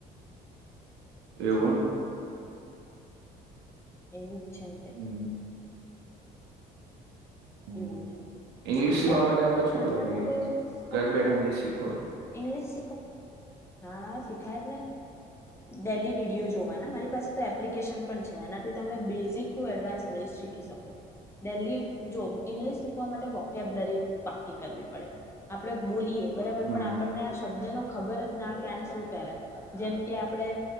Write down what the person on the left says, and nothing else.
જી
એવી ઉછ્યંત
એવું
તમને
તમારે
નાપણનો
કોઈ એવો કિસ્સો
ઇંગ્લિશ હા શીખાય જ ને ડેલી વિડીયો જોવા મારી પાસે તો એપ્લિકેશન પણ છે એનાથી તમે બેઝિક ટુ એડવાન્સ ઇંગ્લિશ શીખી શકો ડે જો ઇંગ્લિશ શીખવા માટે વોકેબલરી પાકી કરવી પડે આપડ બોલીએ બરાબર
પણ આપણને આ શબ્દ નો ખબર જ ના કે આને શું કહેવાય જેમ કે આપડે